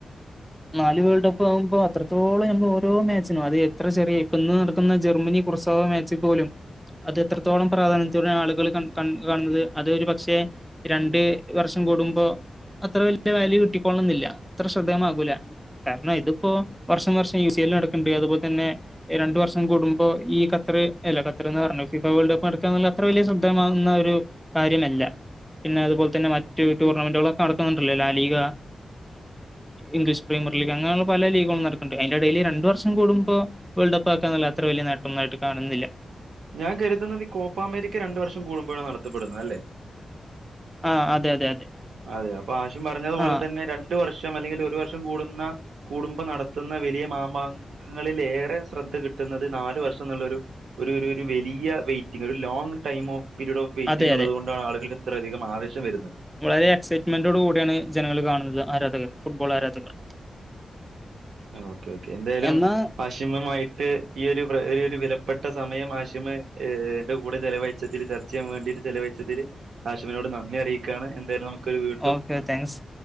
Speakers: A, in the centre; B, on the right (about 80°).
A: നാല് വേൾഡ് കപ്പ് ആവുമ്പോൾ അത്രത്തോളം നമ്മൾ ഓരോ മാച്ചിനും അത് എത്ര ചെറിയ ഇപ്പ ഇന്ന് നടക്കുന്ന ജർമ്മനി കു- ഇപ്പൊ മാച്ചിൽപൊലും അത് എത്രത്തോളം പ്രാധാന്യം ആളുകൾ കാണുന്നത് അതൊരു പക്ഷേ രണ്ട് വർഷം കൂടുമ്പോ- അത്ര വല്യ കിട്ടിക്കോൊള്ളന്നില്ല അത്ര ശ്രദ്ധേമാകൂല കാരണം ഇതിപ്പോ വർഷം വർഷം യു സ എൽ നടക്കണ്ടണ്ട് അതുപോലെ തന്നെ രണ്ടു വർഷം കൂടുമ്പോ ഈ ക- പറഞ്ഞു ഫഫ വേൾഡ് കപ്പ് നടക്ക അത്ര വലിയ ശ്രദ്ധമാകുന്ന ഒരു കാര്യമല്ല പിന്നെ അതുപോലെ തന്നെ മറ്റ ടൂർണമെന്റുകളൊക്കെ നടക്കുന്നുണ്ടോ ലീഗ ഇംഗ്ലീഷ് പ്രീ- പല ലീഗുകളും നടക്കണ്ട് അന്റെ ഡെയിലി രണ്ട് വർഷം കൂടുമ്പോ വേൾ്ട് കപ്പ്‌ അത്ര വിയ നേട്ടം കാണുന്നില്ല
B: ഞാൻ കരുതുന്നത് ഈ കോപ്പാ അമേക്ക് രണ്ടു വർഷം കൂടുമ്പോഴാണ് നടത്തപ്പെടുന്നത് അല്ലേ
A: ആ അതെ അതെ അതെ
B: അതെ അപ്പൊ ആരും പറഞ്ഞതുപോലെ
A: ആ
B: തന്നെ രണ്ട വർഷം അല്ലെങ്കിൽ ഒരു വർഷം കൂടുന്ന കൂടുമ്പോ നടത്തുന്ന വലിയ മാമാങ്കങ്ങളിൽേഏറെ ശ്രദ്ധ കിട്ടും നല് വർഷയുള്ള വലിയ വെയിറ്റി ലോങ് ടൈം ഓഫ് പീരഡ് ഓഫ്െയിറ്റി
A: അതെ
B: ഉള്ളുകൊണ്ടാണ്
A: അതെ
B: ആളുകൾക്ക്ത്ര അധികം ആവശം വരുന്നത്
A: വളരെ എക്സൈറ്റ്മെന്റോട് കൂടിയാണ് ജനങ്ങങ്ങള് കാണുന്നത് ആരാധകർ ഫുട്ബോൾ ആരാധകർ
B: ഓക്കെ ഓക്കെ എന്തായാലും
A: എന്നാ
B: വാശിമമായിട്ട് ഈ ഒരു- വിലപ്പെട്ട സമയം ആശിമ്ന്റെ കൂടെ ചെലവഴിച്ചത്തിൽ ചർച്ച ചെയ്യാൻ വേണ്ടിട്ട് ചെലവഴിച്ചതിൽ- ആശനോട് നന്ദി അറിയിക്കയാണ് എന്തായാലും നക്ക്- വീണ്ടും
A: ഓക്കെ താങ്ക്സ്